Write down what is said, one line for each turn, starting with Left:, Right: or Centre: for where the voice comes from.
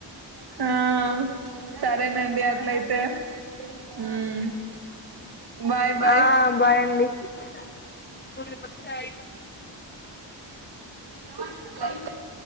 Right: ఆ సరేనండి అట్లయితే ఉమ్ బాయ్ బాయ్
Left: ఆ బాయండి అండి వదిలి పే చాయ్
Right: పండు క్లైమెట్